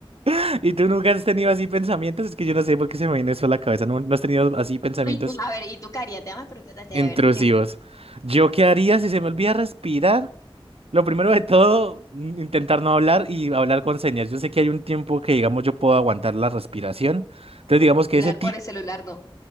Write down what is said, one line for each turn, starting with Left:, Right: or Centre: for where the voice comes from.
Right: <laughs> ¿Y tú nunca has tenido así pensamientos? Es que yo no sé por qué se me viene eso a la cabeza. No, no has tenido así pensamientos
Left: <laughs> Uy, A ver, ¿y tú qué harías? Déjame preguntarte,
Right: intrusivos.
Left: a ver, ¿qué
Right: ¿Yo qué haría si se me olvida respirar? Lo primero de todo, mm, intentar no hablar y hablar con señas. Yo sé que hay un tiempo que, digamos, yo puedo aguantar la respiración. Entonces, digamos que
Left: celular
Right: ese tiempo
Left: por el celular no?